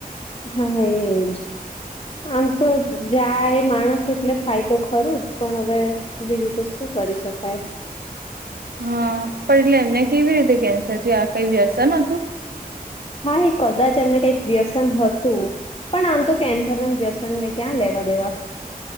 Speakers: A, on the left; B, on the right.
A: હા એજ આમ તો જાય એ માણસ એટલે થાય તો ખરું જ પણ હવે બીજું તો શું કરી શકાય
B: હા પણ એટલે એમને કેવી રીતે કેન્સર જે આ કઈ વ્યસન હતું
A: હા એ કદાચ એમને કઈક વ્યસન હતું પણ આમ તો કેન્સર ના વ્યસન ને ક્યાં લેવા દેવા